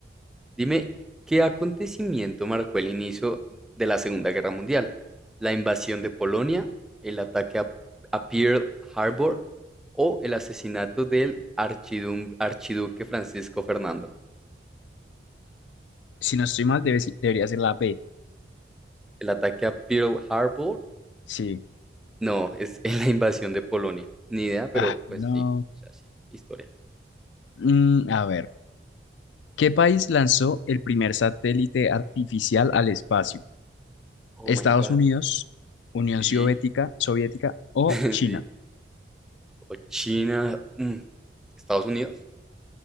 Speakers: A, in the centre; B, on the left (about 75°).
A: Dime, ¿qué acontecimiento marcó el inicio de la Segunda Guerra Mundial? ¿La invasión de Polonia, el ataque a, a Pearl Harbor o el asesinato del archidum- archiduque Francisco Fernando?
B: Si no estoy mal, debe- si-, debería ser la B.
A: ¿El ataque a Pearl Harbor?
B: Sí.
A: No, es <laughs> en la invasión de Polonia. Ni idea, pero
B: Ah,
A: pues
B: no.
A: sí, o sea, sí, historia.
B: Mm, a ver. ¿Qué país lanzó el primer satélite artificial al espacio?
A: Oh
B: ¿Estados
A: my God.
B: Unidos, Unión
A: Sí,
B: Soviética, Soviética o
A: <laughs>
B: China?
A: sí. O China. mm, ¿Estados Unidos?